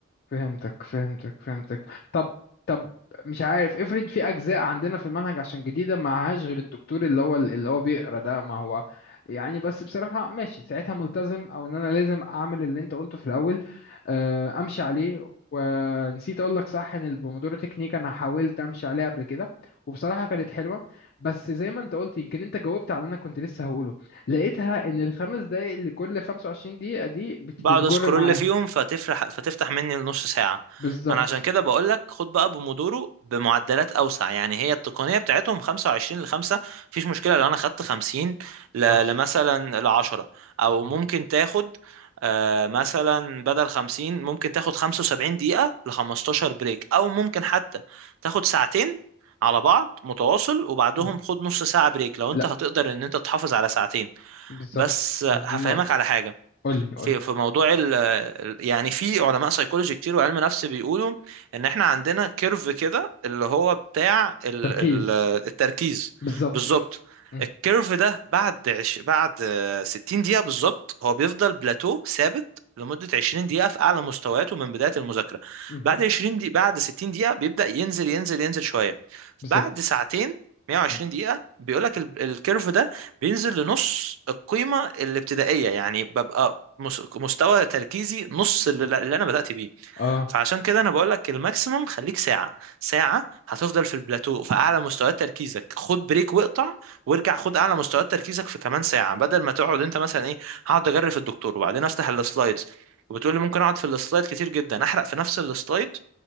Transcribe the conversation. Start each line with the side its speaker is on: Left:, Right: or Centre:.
Left: فهمتك فهمتك فهمتك طب طب مش عارف افرض في اجزاء عندنا في المنهج عشان جديده معهاش غير الدكتور اللي هو اللي هو بيقرا ده ما هو يعني بس بصراحه ماشي ساعتها ملتزم او ان انا لازم اعمل اللي انت قلته في الاول آه، امشي عليه ونسيت اقول لك صح ان البومودورو تكنيك انا حاولت امشي عليها قبل كده وبصراحه كانت حلوه بس زي ما انت قلت يمكن انت جاوبت على اللي انا كنت لسه هقوله لقيتها ان الخمس دقايق اللي كل 25 دقيقه دي بت-
Right: بقعد
Left: بتجر
Right: اسكرول
Left: معايا
Right: فيهم فتفرح فتفتح مني نص ساعة
Left: بالظبط
Right: ما انا عشان كده بقول لك خد بقى بومودورو بمعدلات اوسع يعني هي التقنية بتاعتهم 25 ل 5 مفيش مشكلة لو انا خدت 50 ل-
Left: عشرة
Right: لمثلا ل 10 او
Left: مم.
Right: ممكن تاخد آه، مثلا بدل 50 ممكن تاخد 75 دقيقة ل 15 بريك او ممكن حتى تاخد ساعتين على بعض متواصل وبعدهم
Left: مم.
Right: خد نص ساعة بريك لو
Left: لا
Right: انت هتقدر ان انت تحافظ على ساعتين
Left: بالظبط
Right: بس آه،
Left: دي
Right: هفهمك
Left: نقطة
Right: على حاجة
Left: قولي قولي
Right: في في موضوع ال ال- يعني في علماء سيكولوجي كتير وعلم نفس بيقولوا ان احنا عندنا كيرف كده اللي هو بتاع ال
Left: تركيز
Right: ال التركيز
Left: بالظبط
Right: بالظبط
Left: مم.
Right: الكيرف ده بعد عش بعد آه، 60 دقيقة بالظبط هو بيفضل بلاتو ثابت لمدة 20 دقيقة في أعلى مستوياته من بداية المذاكرة
Left: مهم.
Right: بعد 20 دقيقة بعد 60 دقيقة بيبدأ ينزل ينزل ينزل شوية
Left: بالظبط
Right: بعد ساعتين 120
Left: مم.
Right: دقيقة بيقولك ال- الكيرف ده بينزل لنص القيمة الابتدائية يعني ببقى مس- مستوى تركيزي نص اللي اللي انا بدأت بيه
Left: اه
Right: فعشان كده انا بقول لك الماكسيموم خليك ساعة ساعة هتفضل في البلاتو في اعلى مستويات تركيزك خد بريك واقطع وارجع خد اعلى مستويات تركيزك في كمان ساعة بدل ما تقعد انت مثلا ايه هقعد اجري في الدكتور وبعدين افتح السلايدز وبتقول لي ممكن اقعد في السلايد كتير جدا احرق في نفس السلايد